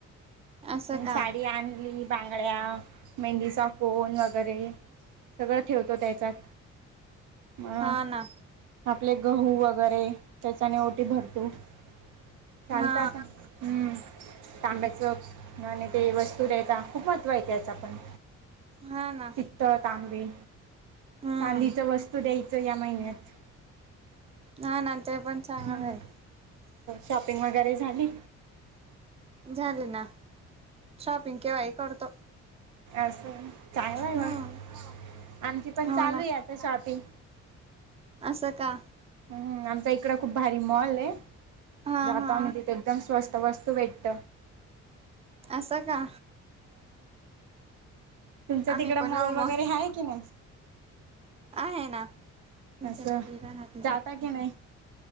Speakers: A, on the right; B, on the right.
A: असं का
B: साडी आणली बांगड्या मेहंदीचा कोन वगैरे सगळं ठेवतो त्याच्यात मग
A: हा ना
B: आपले गहू व वगैरे त्याचाने ओटी भरतो चालत
A: हा
B: आता हम्म तांब्याचं आणि ते वस्तू दयता खूप महत्त्व आहेेत याचा पण
A: हा ना
B: पितळ, तांबे
A: हम्म
B: चांदीच वस्तू द्यायचं या महिन्यात
A: ह नंत ते पण चांगलं
B: हम्म.
A: आहे
B: शॉपिंग वगैरे झाली
A: झाले ना शॉपिंग केव्हाही करतो
B: असं चांगलं
A: हम्म
B: मग आमची पण
A: हो
B: चालू
A: ना
B: आहे आता शॉपिंग
A: असं का
B: हम् आमचा इकड खूप भारी मॉल आहे
A: हा
B: जाता
A: हा
B: म तिथ एकदम स्वस्त वस्तू भेट्ट
A: असं स का?
B: तुमचं
A: आम्ही
B: तिकड
A: पण
B: माॉल
A: येऊ मग
B: वगैरे आहे की नाही?
A: आहे ना तुमच्या
B: असं
A: तिकडे घरात
B: जाता की नाही